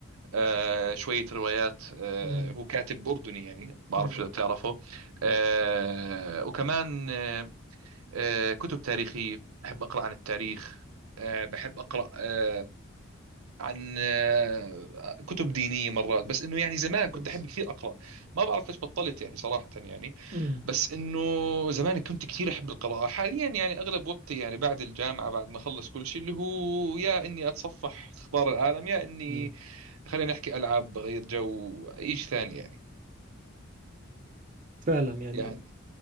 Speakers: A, on the right (about 80°); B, on the right (about 40°).
A: آه شوية روايات آه
B: أمم،
A: هو كاتب أردني يعني ما بعرف
B: أمم.
A: شو بتعرفه آه وكمان آه، آه، كتب تاريخية بحب أقرأ عن التاريخ آه، بحب أقرأ آه، عن آه، كتب دينية مرات بس إنه يعني زمان
B: كويس
A: كنت أحب كثير أقرأ ما بعرف ليش بطلت يعني صراحة يعني
B: أمم،
A: بس إنه زمان كنت كثير أحب القراءة حاليا يعني أغلب وقتي يعني بعد الجامعة بعد ما أخلص كل شيء اللي هو يا إني أتصفح أخبار العالم يا إني
B: أمم.
A: خلينا نحكي ألعاب بغير جو أي شيء ثاني يعني
B: <coughs> فعلا يعني
A: يعني